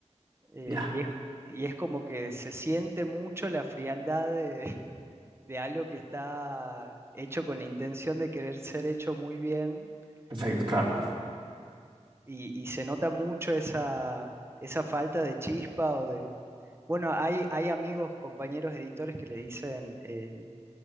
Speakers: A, on the right (about 20°); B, on the right (about 40°).
A: eh,
B: Ya,
A: y es, y es como que se siente mucho la frialdad de, <laughs> de algo que está hecho con la intención de querer ser hecho muy bien.
B: perfecto,
A: eh,
B: claro.
A: y, y se nota mucho esa, esa falta de chispa o de... Bueno, hay, hay amigos, compañeros editores que le dicen eh,